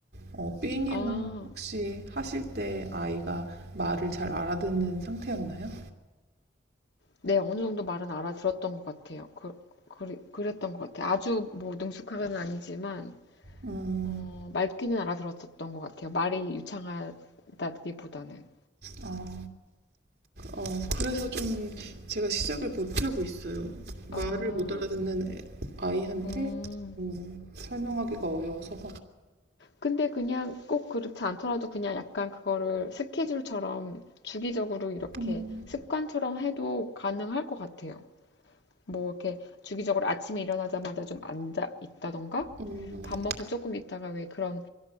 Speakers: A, on the right (about 60°); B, on the left (about 70°).
A: 어, B님은
B: 아,
A: 혹시 하실 때 아이가 말을 잘 알아듣는 상태였나요?
B: 네. 어느 정도 말은 알아들었던 것 같아요. 그, 그, 그랬던 것 같아요. 아주 뭐 능숙하게는 아니지만,
A: 음,
B: 어, 말귀는 알아들었었던 것 같아요. 말이 유창하다기보다는.
A: 아. 어, 그래서 좀 제가 시작을 못하고 있어요. 말을
B: 아,
A: 못 알아듣는 애- 아이한테
B: 음.
A: 음, 설명하기가 어려워서.
B: 근데 그냥 꼭 그렇지 않더라도 그냥 약간 그거를 스케줄처럼 주기적으로 이렇게
A: 음,
B: 습관처럼 해도 가능할 것 같아요. 뭐 이렇게 주기적으로 아침에 일어나자마자 좀 앉아 있다던가
A: 음, 음.
B: 밥 먹고 조금 있다가 왜 그런